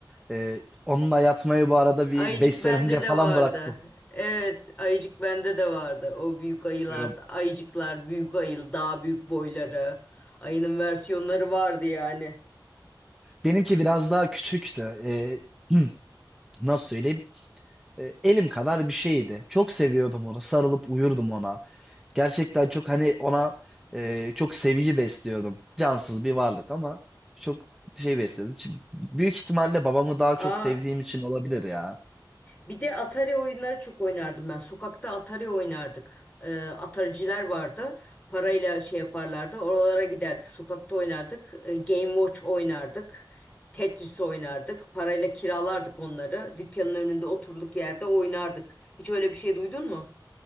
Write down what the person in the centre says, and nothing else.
E, onunla yatmayı bu arada bir
5 sene
önce
falan
bıraktım.
Böyle-
Benimki biraz daha küçüktü. E, <clears throat> nasıl söyleyeyim? E, elim kadar bir şeydi. Çok seviyordum onu. Sarılıp uyurdum ona. Gerçekten çok hani ona e, çok sevgi besliyordum. Cansız bir varlık ama çok şey besliyordum. Çi- Büyük ihtimalle babamı daha
çok sevdiğim için olabilir ya.